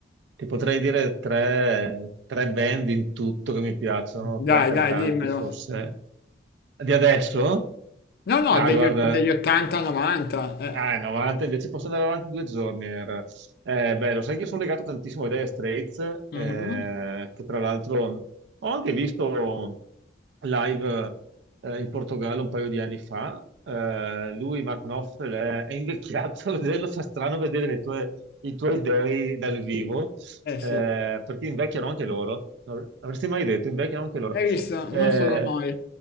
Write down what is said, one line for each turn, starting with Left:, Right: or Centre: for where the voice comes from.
Right: ti potrei dire tre, tre band in tutto che mi piacciono,
Left: Dai,
Right: tre cantanti
Left: dai, dimmelo.
Right: forse. Di adesso?
Left: No, no,
Right: Ah,
Left: degli,
Right: guarda,
Left: o- degli 80-90. Eh.
Right: Ah, è 90, invece posso andare avanti due giorni. era. Eh, beh, lo sai che io sono legato tantissimo ai Dire Straits,
Left: Mhm.
Right: eh, che tra l'altro ho anche visto live eh, in Portogallo un paio di anni fa. Eh, lui, Mark Knopfler, è, è invecchiato, <laughs> vederlo fa strano vedere le tue- i tuoi dei dal vivo,
Left: Eh sì,
Right: eh, perché invecchiano anche loro. Non Avresti mai detto, invecchiano anche loro.
Left: hai visto?
Right: Eh,
Left: Non solo noi.